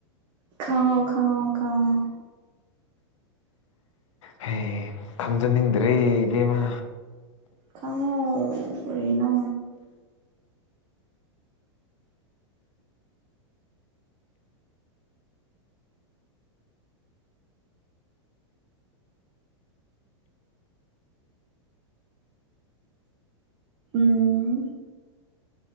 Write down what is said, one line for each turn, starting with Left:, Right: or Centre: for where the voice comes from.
Right: ꯈꯪꯉꯣ ꯈꯪꯉꯣ ꯈꯪꯉꯣ
Left: ꯍ ꯈꯪꯖꯅꯤꯡꯗ꯭ꯔꯦ ꯏꯕꯦꯝꯃ
Right: ꯈꯉꯣꯔꯤꯅ ꯎꯝ